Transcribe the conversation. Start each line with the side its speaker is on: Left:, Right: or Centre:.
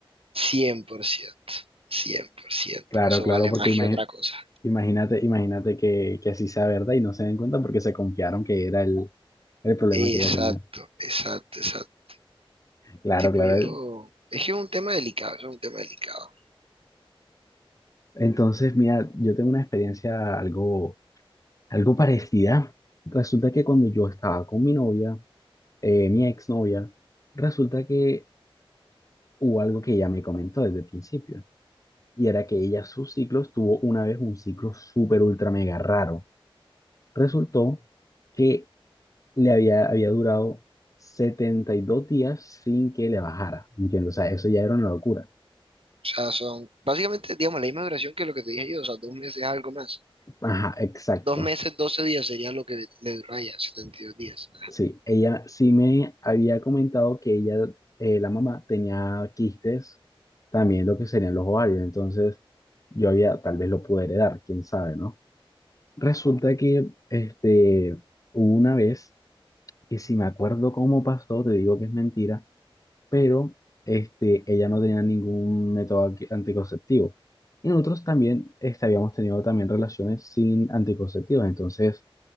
Right: cien cien por ciento cien por ciento
Left: claro,
Right: Eso
Left: claro,
Right: vale
Left: porque
Right: más
Left: imagi-
Right: que otra cosa.
Left: imagínate, imagínate que, que así sea verdad y no se den cuenta porque se confiaron que era el, el problema
Right: Exacto,
Left: que ella tenía,
Right: exacto, exacto.
Left: claro,
Right: Tipo
Left: claro,
Right: yo, es que es un tema delicado, es un tema delicado. O
Left: entonces, mira, yo tengo una experiencia algo, algo parecida, resulta que cuando yo estaba con mi novia, eh, mi exnovia, resulta que hubo algo que ella me comentó desde el principio. y era que ella sus ciclos tuvo una vez un ciclo súper ultra mega raro. Resultó que le había, había durado 72 días sin que le bajara, ¿entiendes? O sea, eso ya era una locura.
Right: sea, son básicamente, digamos, la misma duración que lo que te dije yo, o sea, dos meses algo más.
Left: Ajá, exacto.
Right: Dos meses, doce días sería lo que le dura a ella, 72 días.
Left: Sí, ella sí me había comentado que ella, eh, la mamá, tenía quistes, también lo que serían los ovarios, entonces yo había, tal vez lo pude heredar, quién sabe, ¿no? Resulta que, este, hubo una vez que si me acuerdo cómo pasó, te digo que es mentira, pero este, ella no tenía ningún método anti- anticonceptivo. Y nosotros también este, habíamos tenido también relaciones sin anticonceptivos, entonces